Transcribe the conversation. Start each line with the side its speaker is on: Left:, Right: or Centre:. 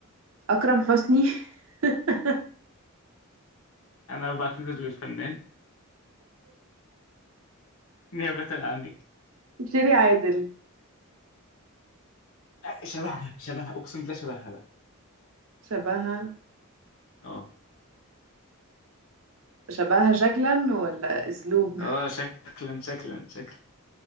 Right: أكرم حسني <laughs>
Left: انا بعتذر للفنان نيابه عنك
Right: شيري عادل
Left: آه، شبهها شبهها اقسم بالله شبهها بقى
Right: شبهها
Left: اه
Right: شبهها شكلا ولا أسلوب
Left: اه شكلا شكلا شكلا